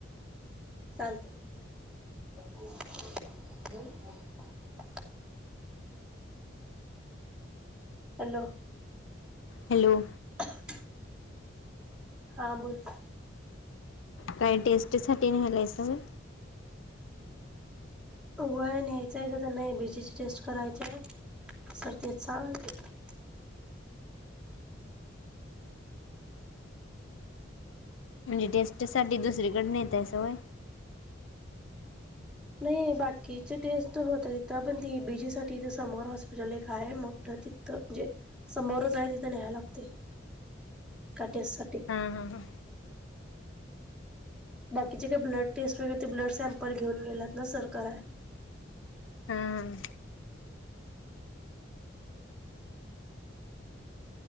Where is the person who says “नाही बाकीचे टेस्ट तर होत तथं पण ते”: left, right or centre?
Centre